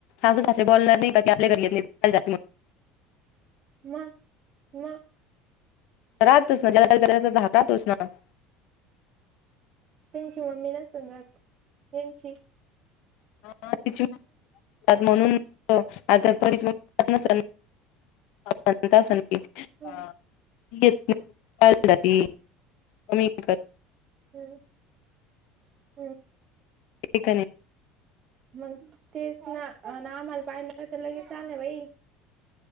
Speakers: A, on the left; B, on the right.
A: नाासासे बॉोलणार नाही आपल्या घरी जात.
B: मग, मग.
A: राहतोस ना ज राहतोस ना. <inaudible>
B: त्यांची मम्मी ना सजात यांची.
A: ह तिच्या. म्हणून आताच. <unintelligible>
B: हम्म
A: कमी. <unintelligible>
B: हम्म हम्म.
A: खने. <unintelligible>
B: मग तेच ना ना आम्हाला पाहिलं तर लगेच चाललंय बाई.